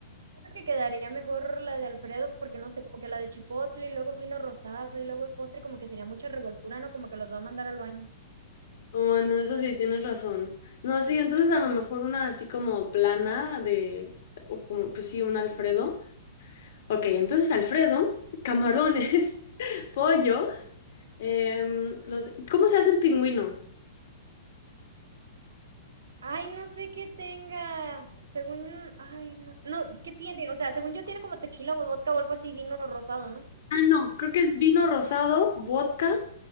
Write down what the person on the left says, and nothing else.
Oh, Bueno, eso sí, tienes razón. No, sí, entonces a lo mejor una así como plana de, o como, pues sí, un Alfredo. Ok, entonces Alfredo, camarones, <laughs> pollo, em, los, ¿cómo se hace el pingüino?
Ah, no, creo que es vino rosado, vodka,